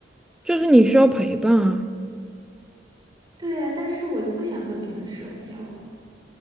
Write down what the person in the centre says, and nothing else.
就是你需要陪伴啊。